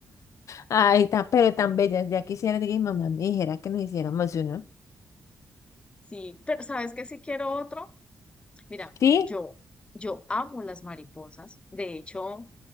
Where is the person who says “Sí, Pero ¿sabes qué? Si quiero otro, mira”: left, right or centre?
Left